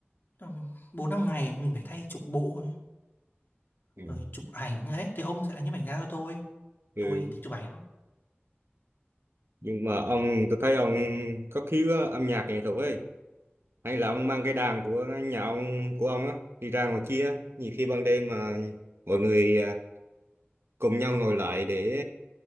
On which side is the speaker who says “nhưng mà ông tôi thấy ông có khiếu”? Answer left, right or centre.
Right